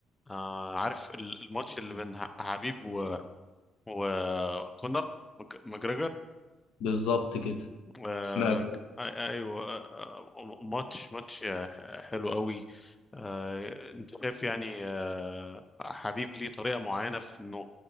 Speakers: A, on the left; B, on the left.
A: آه عارف ال- الماتش اللي بين ح- حبيب و... وكونر مك- ماجريجر
B: بالظبط كده
A: آه
B: سمعت
A: ك- أي- ايوه آه آه، ماتش ماتش آه، حلو قوي آه انت شايف يعني آه حبيب ليه طريقه معينه في انه